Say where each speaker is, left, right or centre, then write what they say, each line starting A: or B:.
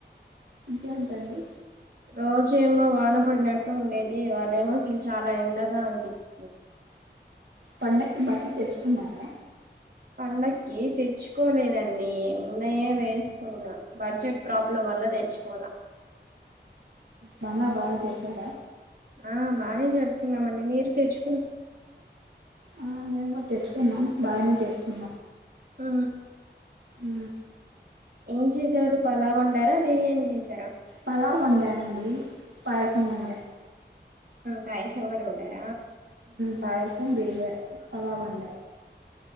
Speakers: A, on the right; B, on the right.
A: ఇంకేంటి అండి
B: రోజేమో వాన పడినట్టు ఉండేది వాళ్ళేమో అసలు చాలా ఎండగా అనిపిచి
A: పండక్కి బట్టలు తెచ్చుకున్నార
B: పండక్కి తెచ్చుకోలేదండి ఉన్నయే వేసుకున్నాను బడ్జెట్ ప్రాబ్లం వల్ల తెచ్చుకోల
A: పండ బాగ చేశార
B: ఆ బాగానే జరుపుకున్నామండి మీరు తెచ్
A: ఆ నేను కూడ తెచ్చుకున్నాం <unintelligible>
B: ఆ
A: ఉ
B: ఏం చేశారు <unintelligible> వండారా <unintelligible> చేసారు
A: పలావ్ వండనండి పాయసం
B: అలా
A: వండ
B: పాయసం కూడ వండార
A: పాయసం బిర్య పలావ్ ఒండ